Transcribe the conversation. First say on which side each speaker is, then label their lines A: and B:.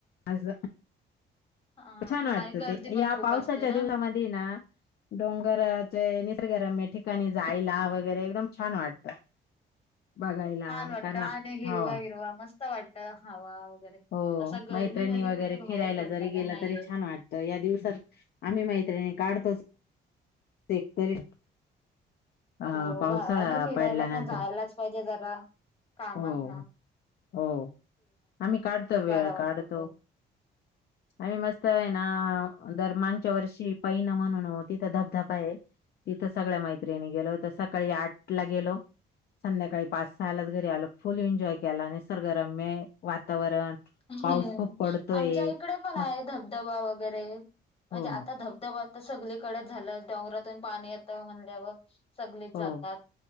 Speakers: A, on the left; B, on the left.
A: अस
B: हां
A: छान वाटत
B: आणि गर्दी
A: ते
B: पण
A: या
B: खूप
A: पावसाच्या
B: असते ना.
A: दिवसामध्ये ना. डोंगराचे निसर्गरम आहे. ठीक काणी जायला वगैरे एकदम छान वाटत बघायला.
B: वाटतं
A: कारण
B: छान हिरवा
A: हो
B: हिरवा मस्त वाटत हवा. वगैरे.
A: हो
B: तसा गरमीमध्ये
A: मैत्रिणी वगैरे
B: कुठे बाहेर
A: फिरायला
B: पडता
A: जरी
B: पण
A: गेलं
B: नाही
A: तरी
B: येत.
A: छान वाटतं या दिवसात आम्ही मा काढतो. एक तरी अ
B: हो
A: पावसाळा
B: बाळा ने फिरायला
A: पडल्यानंतर
B: पण जायलाच पाहिजे जरा कामात
A: हो
B: ना
A: हो आम्ही काढतो वेळ
B: बरा वाटतो
A: काढतो.
B: खूप.
A: आम्ही मस्त आहे आहे ना दर मागच्या वर्षी पैन म्हणून तिथं धबधबा आहे तिथं सगळ्या मैत्र गेलो तर सकाळी आठ ला गेलो. संध्याकाळी पाच सहायलाच घरी आल फुल एन्जॉय केला आणि निसरगरम्य वातावरण
B: हम्म
A: पाऊस खूप पडतोय
B: आमच्या इकडे पण
A: मस्त
B: आहे धबधबा वगैरे म्हणजे
A: हो
B: आता धबधबा तर सगळीकडेच झालं डोंगरातून पाणी यता म्हणल्यावर सगच
A: हो
B: जातात